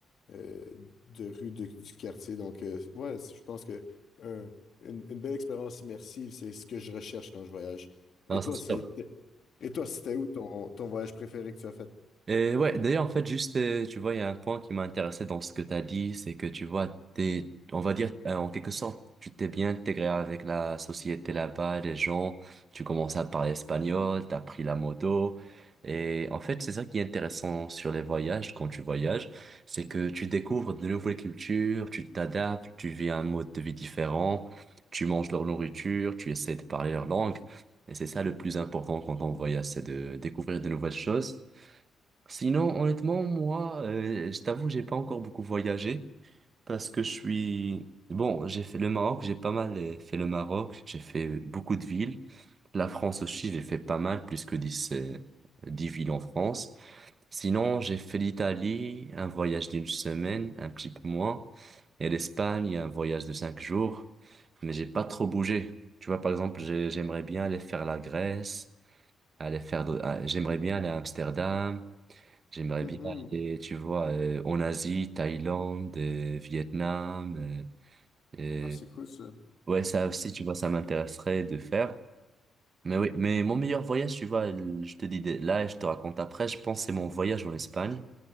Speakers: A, on the left; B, on the right.
A: euh, de rue de- du quartier. Donc, euh, ouais, c- je pense que un- une, une belle expérience immersive, c'est ce que je recherche quand je voyage. Et
B: Non, c'est
A: toi,
B: sûr.
A: c'est, et toi, c'était où ton, ton voyage préféré que tu as fait?
B: Et ouais, d'ailleurs, en fait, juste, euh, tu vois, il y a un point qui m'a intéressé dans ce que tu as dit, c'est que tu vois, t'es, on va dire, euh, en quelque sorte, tu t'es bien intégré avec la société là-bas, les gens, tu commences à parler espagnol, t'as pris la moto. Et en fait, c'est ça qui est intéressant sur les voyages, quand tu voyages, c'est que tu découvres de nouvelles cultures, tu t'adaptes, tu vis un mode de vie différent, tu manges leur nourriture, tu essaies de parler leur langue. Et c'est ça le plus important quand on voyage, c'est de découvrir de nouvelles choses. Sinon, honnêtement, moi, euh, je t'avoue, j'ai pas encore beaucoup voyagé parce que je suis... Bon, j'ai fait le Maroc, j'ai pas mal euh, fait le Maroc, j'ai fait beaucoup de villes. La France aussi, j'ai fait pas mal, plus que 10 euh, 10 villes en France. Sinon, j'ai fait l'Italie, un voyage d'une semaine, un petit peu moins. Et l'Espagne, un voyage de 5 jours. Mais j'ai pas trop bougé. Tu vois, par exemple, j'ai- j'aimerais bien aller faire la Grèce, aller faire... de- ah, J'aimerais bien aller à Amsterdam. J'aimerais
A: Mhm.
B: bien aller, tu vois, euh, en Asie, Thaïlande, euh, Vietnam. euh, euh,
A: Ah, c'est cool ça.
B: ouais, ça aussi, tu vois, ça m'intéresserait de faire. Mais oui, mais mon meilleur voyage, tu vois, le- je te dis de- là et je te raconte après, je pense que c'est mon voyage en Espagne.